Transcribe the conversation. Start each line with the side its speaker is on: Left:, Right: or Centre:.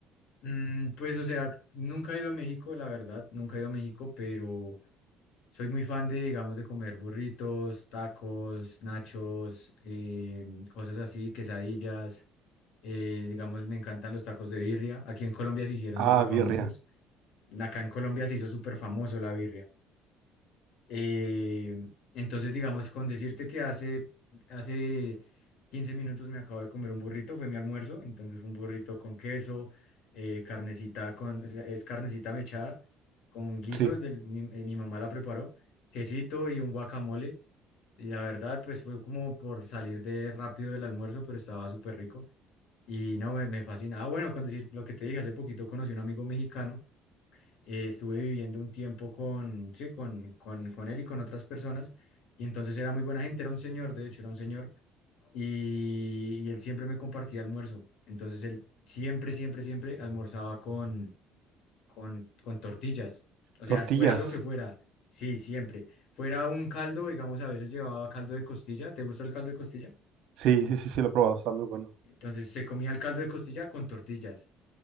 Left: mm, pues, o sea, nunca he ido a México, la verdad, nunca he ido a México, pero soy muy fan de, digamos, de comer burritos, tacos, nachos, eh, cosas así, quesadillas. eh, digamos, me encantan los tacos de birria. Aquí en Colombia se hicieron súper
Right: Ah,
Left: famosos.
Right: birria.
Left: Acá en Colombia se hizo súper famoso la birria. Eh, entonces, digamos, con decirte que hace, hace 15 minutos me acabo de comer un burrito, fue mi almuerzo, entonces fue un burrito con queso, eh, carnecita con, o sea, es carnecita mechada con guiso,
Right: Sí.
Left: del- mi, eh, mi mamá la preparó, quesito y un guacamole, y la verdad, pues fue como por salir de rápido del almuerzo, pero estaba súper rico, y no, me, me fascina. Ah, bueno, con decir lo que te dije, hace poquito conocí un amigo mexicano, eh, estuve viviendo un tiempo con, sí, con, con, con él y con otras personas, y entonces era muy buena gente, era un señor, de hecho, era un señor, y, y él siempre me compartía almuerzo, entonces él siempre, siempre, siempre almorzaba con, con, con tortillas, o
Right: Tortillas.
Left: sea, fuera lo que fuera, sí, siempre. Fuera un caldo, digamos, a veces llevaba caldo de costilla, ¿te gusta el caldo de costilla?
Right: Sí, sí, sí, sí, lo he probado. Está muy bueno.
Left: Entonces se comía el caldo de costilla con tortillas.